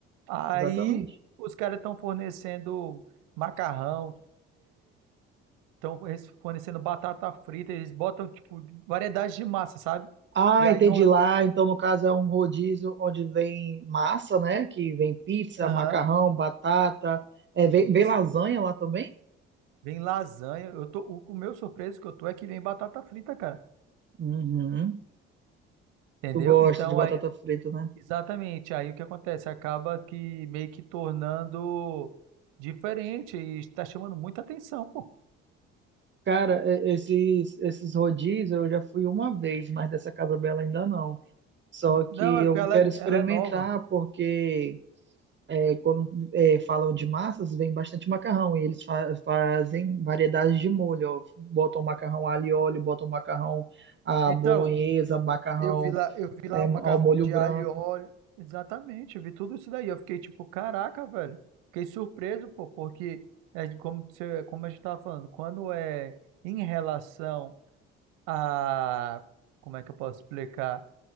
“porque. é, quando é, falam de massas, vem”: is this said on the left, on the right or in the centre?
Right